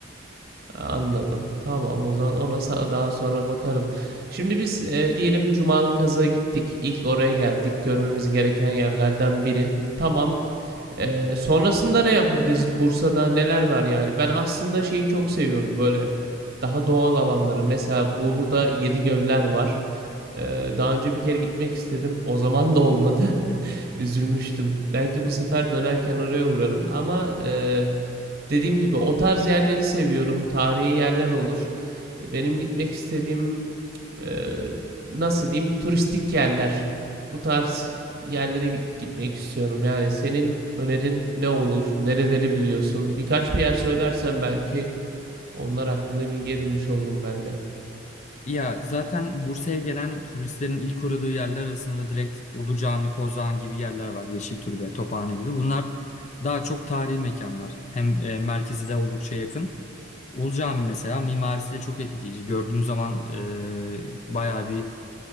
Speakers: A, on the right; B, on the left.
A: Anladım. Tamam o zaman ona sa- daha sonra bakarım. Şimdi biz e, diyelim Cumalı Kazı'ya gittik. İlk oraya geldik. Görmemiz gereken yerlerden biri. Tamam. E, sonrasında ne yapabiliriz? Bursa'da neler var yani? Ben aslında şeyi çok seviyorum böyle. Daha doğal alanları. Mesela Bolu'da Yedi Göller var. E, daha önce bir kere gitmek istedim. O zaman da olmadı. <laughs> Üzülmüştüm. Belki bu sefer dönerken oraya uğrarım. Ama e, Dediğim gibi o tarz yerleri seviyorum. Tarihi yerler olur. Benim gitmek istediğim e, nasıl diyeyim turistik yerler. Bu tarz yerlere gitmek istiyorum. Yani senin önerin ne olur? Nereleri biliyorsun? Birkaç bir yer söylersen belki onlar hakkında bilgi edinmiş olurum ben de.
B: Ya zaten Bursa'ya gelen turistlerin ilk uğradığı yerler arasında direkt Ulu Cami, Kozağan gibi yerler var. Yeşiltürbe, Tophane gibi. Bunlar daha çok tarihi mekanlar. Hem e, merkezi de oldukça yakın. Ulu Cami mesela mimarisi de çok etkileyici. Gördüğün zaman e, bayağı bir